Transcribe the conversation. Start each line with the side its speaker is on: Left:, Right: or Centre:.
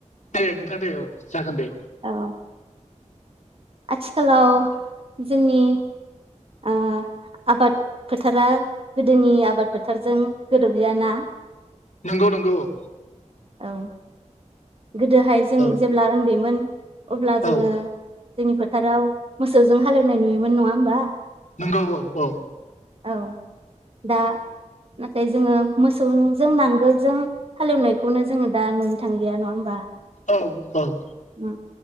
Left: दे नोंथां दे औ जागोन दे
Right: औ आथिखालाव जोंनि ओ आबाद फोथारा गोदोनि आबाद फोथारजों गोरोबलियाना
Left: नंगौ नंगौ औ
Right: औ गोदोहाय जों
Left: औ
Right: जेब्ला उन्दैमोन अब्ला जोङो।
Left: औ
Right: जोंनि फोथाराव मोसौजों हालेवनाय नुयोमोन नङा होमबा?
Left: नोंगौ औ औ।
Right: औ दायो नाथाय जोङो मोसौजों नांगोलजों हालेवनायखौनो जोङो दा नुनो थाङो। गैया नङा होमबा?
Left: औ औ।
Right: ओ